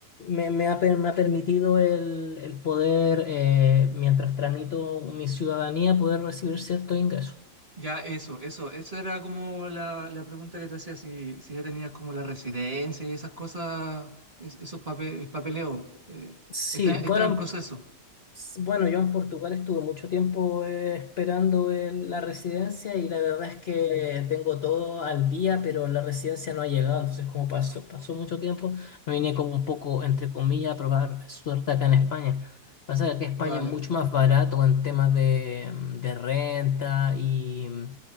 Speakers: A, on the left; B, on the right.
A: y me, me ha, per- me ha permitido el, el poder, eh, mientras tramito mi ciudadanía, poder recibir cierto ingreso.
B: Ya, eso, eso, esa era como la, la pregunta que te hacía, si, si ya tenías como la residencia y esas cosas, es- esos papeles, el papeleo, eh,
A: Sí,
B: está, está
A: bueno,
B: en proceso.
A: S- Bueno, yo en Portugal estuve mucho tiempo eh, esperando el- la residencia y la verdad es que tengo todo al día, pero la residencia no ha llegado. Entonces, como pasó, pasó mucho tiempo, me vine como un poco, entre comillas, a probar suerte acá en España. Pasa que aquí España
B: Dale,
A: es mucho más barato en temas de, mm, de renta y, mm,